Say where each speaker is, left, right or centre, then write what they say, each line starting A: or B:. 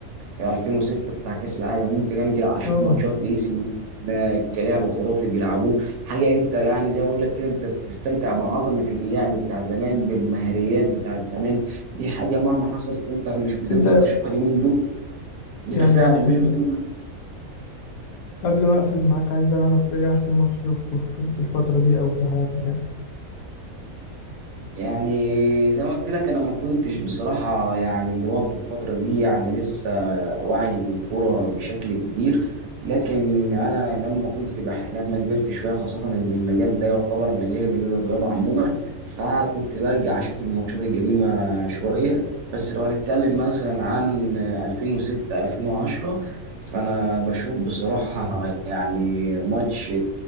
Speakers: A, on the right (about 85°); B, on the left (about 75°).
A: آه، 2006 بتاع كاس العالم ممكن ارجع اشوف
B: اه
A: ماتشات لاي سي ميلان. ده كلاعب خرافي بيلعبوه حاجه انت يعني زي ما بقول لك كده انت بتستمتع بعظمه اللعب بتاع زمان بالمهاريات بتاعت زمان دي حاجه مهما حصلت انت مش بتقدر
B: بس انت
A: تشوفها اليومين دول انت
B: يعني
A: فعلا
B: عشان
A: مش بتقدر
B: قبل ما اقفل معاك عايز اعرف ايه احسن ماتش شفته في في الفترة دي او في حياتك يعني
A: يعني زي ما قلت لك انا ما كنتش بصراحه يعني اللي هو في الفتره دي يعني لسه واعي بالكوره بشكل كبير لكن انا لما كنت بح... لما كبرت شويه خاصه ان المجال ده يعتبر مجالي مجال الرياضه عموما فكنت برجع اشوف الماتشات القديمه شويه بس لو هنتكلم مثلا عن 2006 2010 فانا بشوف بصراحه يعني ماتش